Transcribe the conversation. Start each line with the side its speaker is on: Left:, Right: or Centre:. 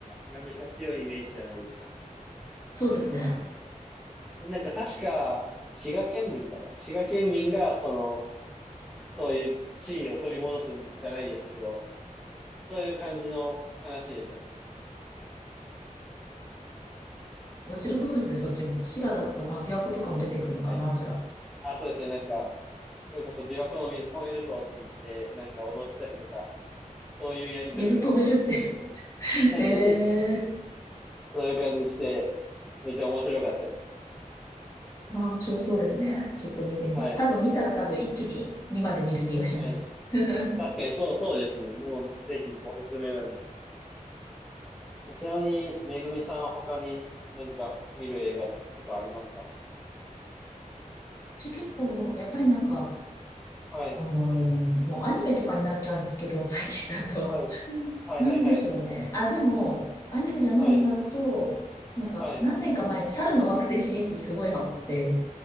Centre: がめちゃ強いイメージじゃないですか。
Left: そうですね。
Centre: で、なんか確か、滋賀県民かな滋賀県民が、その、そういう地位を取り戻すんじゃないですけど、そういう感じの話でしたね。
Left: 面白そうですね、そっちも。滋賀だと、まあ、琵琶湖とかも出てくるのかな、
Centre: はい。
Left: じゃあ。
Centre: あ、そうですね。なんか、それこそ琵琶湖の水止めるぞって言って、なんか脅したりとか、そういうやりとりとかもあったりして、
Left: 水止めるって <laughs>
Centre: <laughs>
Left: へえ。
Centre: そういう感じして、めっちゃ面白かったです。
Left: あ、面白そうですね。ちょっと見てみます。
Centre: はい。
Left: 多分見たら多分一気に2まで見る気がします。
Centre: はい。
Left: <laughs>
Centre: 確かにそう、そうですね。もうぜひおすすめなんで。ちなみに、めぐみさん他に何か見る映画とかありますか
Left: 私結構、やっぱりなんか、
Centre: はい。
Left: あのーもうアニメとかになっちゃうんですけど、最近だと。
Centre: はい。はいはいはい。
Left: なんでしょうね。あ、でも、アニメじゃない映画だと、
Centre: はい。
Left: なんか、
Centre: はい。
Left: 何年か前に猿の惑星シリーズにすごいハマって、